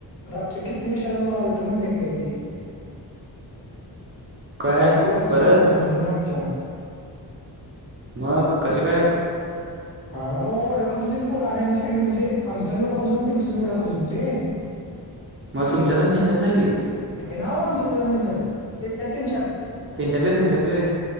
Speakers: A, on the left (about 55°); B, on the right (about 30°).
A: रात्री किती उशीराने मला आलत माहिती आहे का ते.
B: काय
A: कॉलेज वर आज
B: परत
A: श्याण्या भाडंन आमच्या.
B: मग कसे काय?
A: काय माहीत वडाखात होतीत पोर आणि आम्ही सगळीच म्हणजे आमचं आम्हीं वडा खात होतो आणि त्यांच त्यांनी वडा खात होतीत रे
B: मग तुमच्यात आणि त्यांच्यात झाली आहेत.
A: हे ना आमच्या आणि त्यांच्यात <unintelligible>
B: त्यांच्यातले त्याच्यातरे.